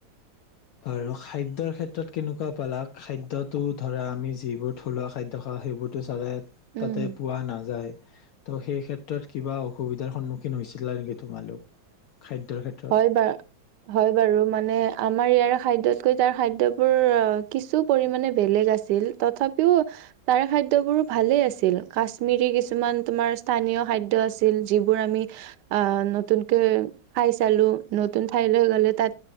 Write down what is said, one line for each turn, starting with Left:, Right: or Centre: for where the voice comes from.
Left: আৰু খাদ্যৰ ক্ষেত্ৰত কেনেকুৱা পালা খাদ্যটো ধৰা আমি যিবোৰ থলুৱা খাদ্য খাওঁ সেইবোৰতো চাগে
Right: উম।
Left: তাতে পোৱা নাযায় ত' সেই ক্ষেত্ৰত কিবা অসুবিধাৰ সন্মুখীন হৈছিলা নেকি তোমালোক খাদ্যৰ ক্ষেত্ৰত?
Right: হয় বা হয় বাৰু মানে মানে আমাৰ ইয়াৰ খাদ্যতকৈ তাৰ খাদ্যবোৰ আহ কিছু পৰিমানে বেলেগ আছিল তথাপিও তাৰ খাদ্যয়বোৰ ভালেই আছিল কাশ্মিৰী কিছুমান তোমাৰ স্থানীয় খাদ্য আছিল যিবোৰ আমি আহ নতুনকৈ খাই চালো নতুন ঠাই লৈ গলে তাত